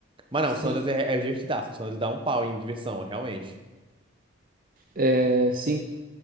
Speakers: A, on the right; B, on the right.
A: Mas
B: Sim,
A: não, o Sanders é, é divertidaço. O Sanders dá um pau em diversão, realmente.
B: é, sim.